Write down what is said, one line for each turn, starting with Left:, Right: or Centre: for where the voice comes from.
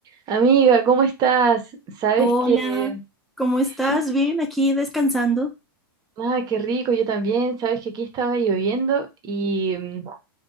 Right: Amiga, ¿cómo estás? Sabes
Centre: Hola,
Right: que...
Centre: ¿cómo estás?
Right: <laughs>
Centre: Bien, aquí descansando.
Right: Ah, qué rico, yo también. Sabes que aquí estaba lloviendo y, mm,